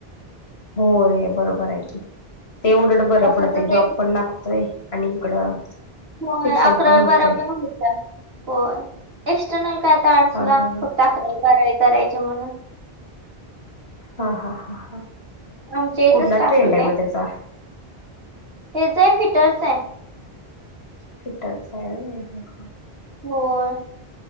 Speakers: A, on the left; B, on the right.
A: होय बरोबर आहे की ते उलट बरं
B: असं
A: पडते
B: तसं
A: जॉब
B: एक
A: पण लागतोय. आणि इकडं
B: होय
A: शिक्षण
B: अकरावी
A: पण होतय
B: बारावी पण होतीय एक्सटर्नल काय आता आडसला
A: हा हा हा
B: फक्त अकरावी बारावी करायची म्हणून
A: हा हा हा ह
B: आमच्या इथंच
A: कुठला
B: टाकलंय.
A: ट्रेंड आहे मग त्याचा?
B: हेच आहे फिटरच आहे.
A: फिटच आहे होय हा
B: होय..